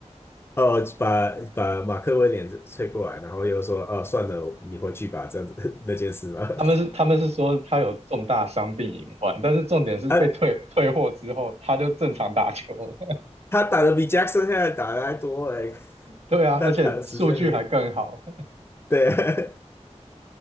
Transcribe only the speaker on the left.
<laughs> 哦，把把马克威廉吹过来，然后又说：“哦，算了，你回去吧。”这样子 <laughs> 那件事嘛，<laughs>
啊，
他打的比 Jackson 现在打的还多嘞，
他打的时间比
对，